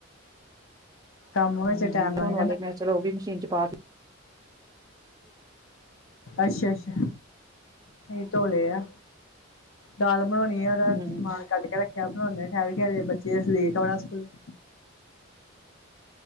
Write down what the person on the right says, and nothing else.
ਹੂੰ
ਧੋਣ
ਵਾਲੀ ਮੈਂ ਚਲੋ ਓ ਵੀ ਮਸ਼ੀਨ ਚ ਪਾਕੇ
ਹੂੰ